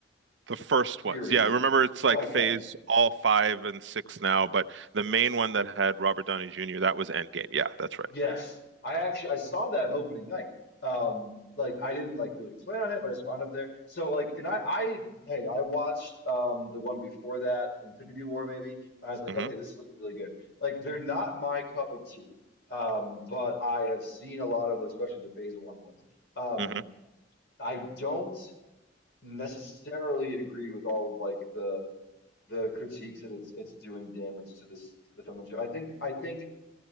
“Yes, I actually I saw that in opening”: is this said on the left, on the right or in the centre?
Left